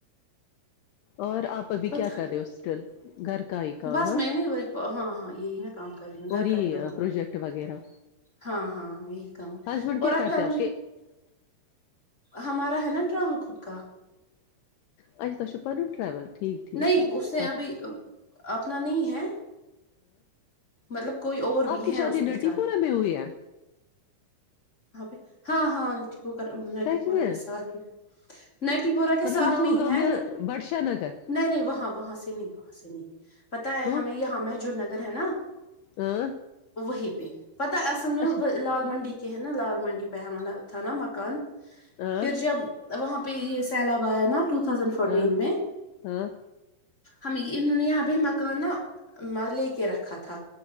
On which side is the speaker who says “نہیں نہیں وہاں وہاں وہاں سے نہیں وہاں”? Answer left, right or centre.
Left